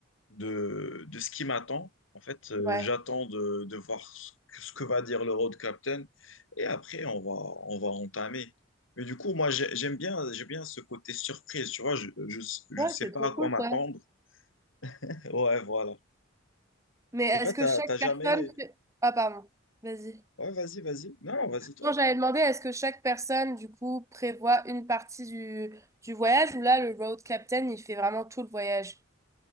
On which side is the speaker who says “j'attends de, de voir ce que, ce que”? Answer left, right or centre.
Left